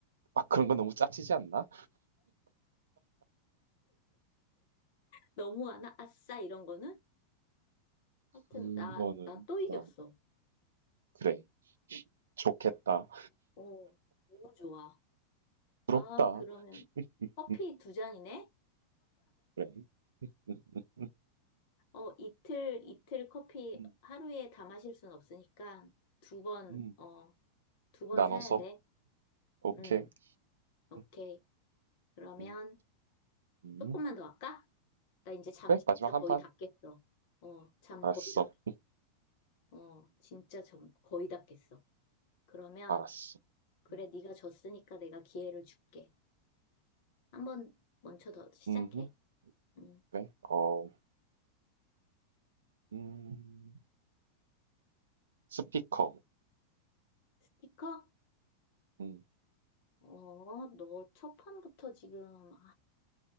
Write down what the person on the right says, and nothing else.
아, 그런 건 너무 짜치지 않나?
음,
너는,
어, 그래. 좋겠다.
부럽다.
음,
그래. 음,
음,
음.
나눠서.
오케이.
음,
음, 음.
그래,
마지막
한 판.
알았어.
알았어.
음,
음,
그래. 어, 음, 스피커.
음,